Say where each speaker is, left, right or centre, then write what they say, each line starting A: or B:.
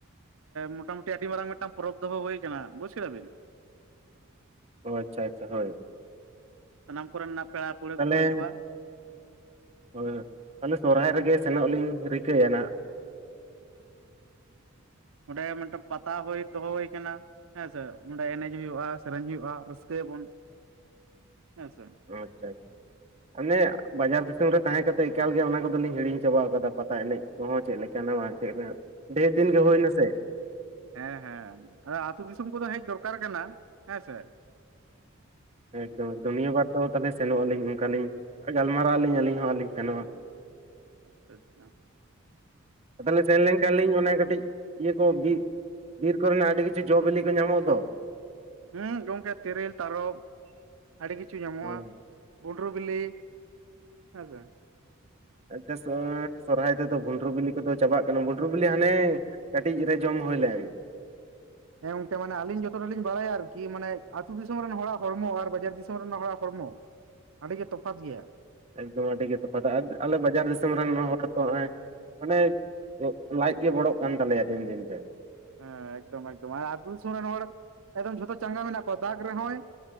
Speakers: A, on the right; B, on the right.
A: ᱢᱚᱴᱟᱢᱩᱴᱤ ᱟᱹᱰᱤ ᱢᱟᱨᱟᱝ ᱢᱤᱫᱴᱟᱝ ᱯᱚᱨᱚᱵᱽ ᱫᱚᱦᱚ ᱦᱩᱭᱩ ᱟᱠᱟᱱᱟ ᱵᱩᱡ ᱠᱮᱫᱟ ᱵᱤᱱ
B: ᱚ ᱟᱪᱪᱷᱟ ᱟᱪᱪᱷᱟ ᱦᱭ
A: ᱥᱟᱱᱟᱢ ᱠᱚᱨᱮᱱᱟᱜ ᱯᱮᱲᱟ ᱯᱟᱹᱲᱦᱟᱹ
B: ᱛᱟᱦᱚᱞᱮ
A: ᱠᱚ ᱦᱤᱡᱩᱜᱼᱟ
B: ᱦᱳᱭ ᱦᱳᱭ ᱛᱟᱦᱚᱞᱮ ᱥᱚᱨᱦᱟᱭ ᱨᱮᱜᱮ ᱥᱮᱱᱚᱜ ᱞᱤᱧ ᱨᱤᱠᱟᱹᱭᱟ ᱱᱟᱦᱱᱟᱜ
A: ᱚᱸᱰᱮ ᱢᱤᱫᱴᱮᱱ ᱯᱟᱛᱟ ᱦᱩᱭ ᱫᱚᱦᱚ ᱟᱠᱟᱱᱟ ᱦᱮᱸᱥᱮ ᱚᱸᱰᱮ ᱮᱱᱮᱡ ᱦᱩᱭᱩᱜᱼᱟ ᱥᱮᱨᱮᱧ ᱦᱩᱭᱩᱜᱼᱟ ᱨᱟᱹᱥᱠᱟᱹᱭᱟᱵᱚᱱ ᱦᱮᱸ ᱥᱮᱮ
B: ᱟᱪᱪᱷᱟ ᱚᱱᱮ ᱵᱟᱡᱟᱨ ᱫᱤᱥᱚᱢ ᱨᱮ ᱛᱟᱦᱮᱸ ᱠᱟᱛᱮ ᱮᱠᱟᱞ ᱜᱮ ᱚᱱᱟ ᱠᱚᱫᱚᱞᱤᱧ ᱦᱤᱲᱤᱧ ᱪᱟᱵ ᱟᱠᱟᱫᱟ ᱯᱟᱛᱟ ᱮᱱᱮᱡ ᱦ ᱦᱚᱸ ᱪᱮᱫ ᱞᱮᱠᱟᱟᱱᱟ ᱵᱟᱝ ᱛᱟᱦᱮᱸ ᱰᱷᱮᱨ ᱫᱤᱱ ᱜᱮ ᱦᱩᱭ ᱱᱟᱥᱮ
A: ᱦᱮᱸ ᱦᱮᱸ ᱟᱫᱚ ᱟᱹᱛᱩᱳ ᱫᱤᱥᱚᱢ ᱠᱚᱫᱚ ᱦᱮᱡ ᱫᱚᱨᱠᱟᱨ ᱠᱟᱱᱟ ᱦᱮᱸ ᱥᱮ
B: ᱮᱠᱫᱚᱢᱫᱩᱱᱤᱭᱟᱹ ᱵᱟᱨ ᱫᱚ ᱛᱟᱦᱚᱞᱮ ᱥᱮᱱᱚᱜ ᱟᱹᱞᱤᱧ ᱚᱱᱠᱟᱞᱤᱤᱧ ᱜᱟᱞᱢᱟᱨᱟᱜ ᱟᱹᱞᱤᱧ ᱟᱹᱞᱤᱧ ᱦᱚᱸ ᱟᱹᱞᱤᱤᱧ ᱥᱮᱱᱚᱜᱼᱟ
A: ᱟᱪᱪᱷᱟ ᱟᱪᱪᱷᱟ
B: ᱛᱟᱦᱚᱞᱮ ᱥᱮᱱ ᱞᱮᱱᱠᱷᱟᱱ ᱞᱤᱧ ᱚᱱᱟᱮ ᱠᱟᱹᱴᱤᱡ ᱤᱭᱟᱹ ᱠᱚ ᱵᱤᱨ ᱵᱤᱨ ᱠᱚᱨᱮᱱᱟᱜ ᱟᱹᱰᱤ ᱠᱤᱪᱷᱩ ᱡᱚ ᱵᱤᱞᱤ ᱠᱚ ᱧᱟᱢᱚᱜ ᱫᱚ
A: ᱦᱮᱸ ᱜᱚᱢᱠᱮ ᱛᱤᱨᱞ ᱛᱟᱨᱚᱵ ᱟᱹᱰᱤ ᱠᱤᱪᱷᱩ ᱧᱟᱢᱚᱜᱼᱟ
B: ᱦᱳᱭ
A: ᱜᱩᱰᱨᱩ ᱵᱤᱞᱤ ᱟᱮᱸᱪᱷᱟ
B: ᱟᱪᱪᱷᱟ ᱥᱚᱨᱦᱟᱭ ᱨᱮᱮᱫᱚ ᱵᱷᱩᱸᱰᱨᱩ ᱵᱤᱞᱤ ᱠᱚᱫᱚ ᱪᱟᱵᱟᱜ ᱠᱟᱱᱟ ᱵᱷᱩᱸᱰᱨᱩ ᱵᱤᱞᱤ ᱦᱟᱱᱮ ᱠᱟᱹᱴᱤᱡ ᱨᱮ ᱡᱚᱢ ᱦᱩᱭ ᱞᱮᱢ
A: ᱦᱮᱸ ᱜᱚᱝᱠᱮ ᱢᱟᱱᱮ ᱟᱹᱞᱤᱧ ᱡᱚᱛᱚᱚᱴ ᱞᱤᱧ ᱵᱟᱲᱟᱭᱟ ᱟᱨᱠᱤ ᱢᱟᱱᱮ ᱟ ᱟᱹᱛᱩ ᱫᱤᱥᱚᱢ ᱨᱮᱱ ᱦᱚᱲᱟᱜ ᱦᱚᱲᱢᱚ ᱟᱨ ᱵᱟᱡᱟᱨ ᱫᱤᱥᱚᱢ ᱨᱮᱱ ᱦᱚᱲᱟᱜ ᱦᱚᱲᱢᱚ ᱟᱹᱰᱤ ᱜᱮ ᱛᱚᱯᱷᱟᱛ ᱜᱮᱭᱟ
B: ᱮᱠᱫᱚᱢ ᱟᱹᱰᱤ ᱜᱮ ᱛᱚᱯᱷᱟᱛ ᱟᱞᱮ ᱵᱟᱡᱟᱨ ᱫᱤᱥᱚᱢ ᱨᱮᱱ ᱦᱚᱲ ᱛᱚ ᱱᱚᱜᱼᱚᱭ ᱢᱟᱱᱮ ᱞᱟᱡ ᱜᱮ ᱵᱚᱲᱚᱜ ᱠᱟᱱ ᱛᱟᱞᱮᱭᱟ ᱫᱤᱱ ᱫᱤᱱ ᱛᱮ
A: ᱦᱮᱸ ᱮᱠᱫᱚᱢ ᱮᱠᱫᱚᱢ ᱟ ᱟᱹᱛᱩ ᱫᱤᱥᱚᱢ ᱨᱮᱱ ᱦᱚᱲ ᱮᱠᱫᱚᱢ ᱡᱷᱚᱛᱚ ᱪᱟᱸᱜᱟ ᱢᱮᱱᱟᱜ ᱠᱚᱣᱟ ᱫᱟᱜᱽ ᱨᱮᱦᱚᱸᱭ